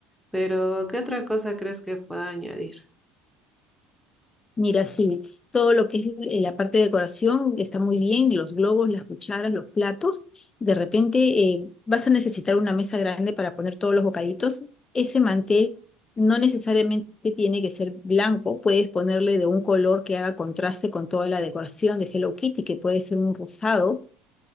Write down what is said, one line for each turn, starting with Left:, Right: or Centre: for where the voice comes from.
Centre: Pero, ¿qué otra cosa crees que pueda añadir?
Left: Mira, sí, todo lo que es eh, la parte de decoración está muy bien, los globos, las cucharas, los platos. De repente eh, vas a necesitar una mesa grande para poner todos los bocaditos. Ese mantel no necesariamente tiene que ser blanco, puedes ponerle de un color que haga contraste con toda la decoración de Hello Kitty, que puede ser un rosado